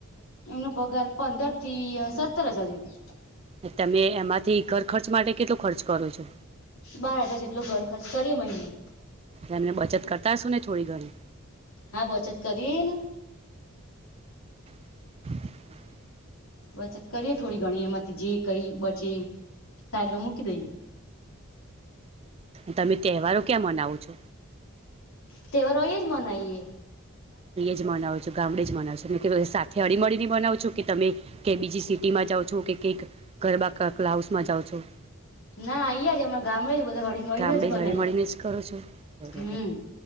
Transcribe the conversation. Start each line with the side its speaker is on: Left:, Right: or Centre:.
Left: એમનો પગાર પંદર થી સત્તર હજાર જેટલો
Right: તમે એમાંથી ઘર ખર્ચ માટે કેટલો ખર્ચ કરો છો?
Left: બાર હજાર જેટલો ઘર ખર્ચ કરીએ મહિને,
Right: એમને બચત કરતા હશું ને થોડી ઘણી.
Left: હા બચત કરીએને.
Right: <inaudible>
Left: બચત કરીએ થોડી ઘણી એમાંથી જે કઈ બચે સાઈડમાં મૂકી દઈએ
Right: તમે તહેવારો ક્યાં મનાવો છો
Left: તેવરો જ મનાઈએ
Right: ત જ મનાવો છો ગામડે જ મનાવ છો સાથે હળી મળી ને બનાવો છો કે તમે કે બીજી સીટ ટીમાં જાઓ છો કે કંઈક ઘરબા ક ક્લાાઉસમાં જાઓ છો
Left: ના અહીંયા જ હમણાં ગામડાે જ બધા હળમીને
Right: ગામડે
Left: જ મને
Right: હળીમળીને જ કરો છો બરોબર
Left: હમ